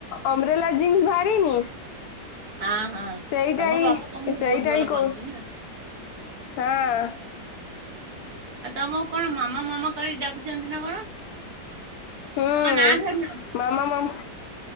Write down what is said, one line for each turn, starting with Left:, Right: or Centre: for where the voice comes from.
Left: ଅମ୍ବ୍ରେଲା ଜିନ୍ସ ବାହାରିନି।
Right: ହଁ ହଁ
Left: ସେଇଟା
Right: ତମ
Left: ହି
Right: ବାବା ତମକୁ
Left: ସେଇଟା
Right: ବହୁତ ଭଲ
Left: ହି କହୁ
Right: ପାଆନ୍ତି ନା।
Left: ହଁ।
Right: ଆଉ ତମକୁ କଣ ମାମା ମାମା କରିକି ଡାକୁଛନ୍ତି ନା କଣ।
Left: ହୁଁ
Right: ତମ ନାଁ ଧରିନାହାନ୍ତି
Left: ମାମା ମାମା